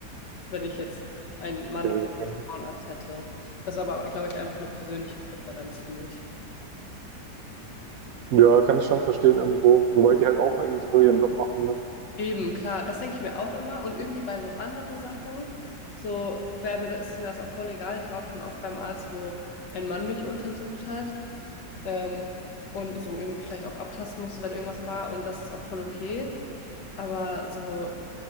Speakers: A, on the left; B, on the right.
A: wenn ich jetzt einen Mann
B: Okay.
A: für einen
B: okay.
A: Frauenarzt hätte. Das ist aber, glaube ich, einfach eine persönliche Präferenz für mich.
B: Ja, kann ich schon verstehen irgendwo. Wobei die halt auch eigentlich nur ihren Job machen, ne?
A: Eben, klar, das denke ich mir auch immer. Und irgendwie bei so anderen Sachen, so wäre mir das, ist mir das auch voll egal. Ich war auch schon oft beim Arzt, wo ein Mann mich untersucht hat. Ähm, und so irgendwie vielleicht auch abtasten musste, wenn irgendwas war. Und das ist auch voll okay. Aber so